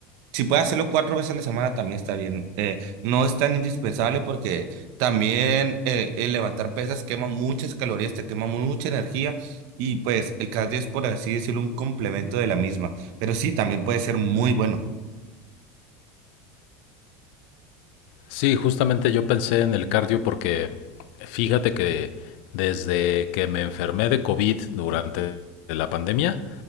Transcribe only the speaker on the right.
Si puede hacerlo cuatro veces a la semana, también está bien. Eh, no es tan indispensable porque también eh, el levantar pesas quema muchas calorías, te quema mucha energía y pues el cardio es, por así decirlo, un complemento de la misma. Pero sí, también puede ser muy bueno.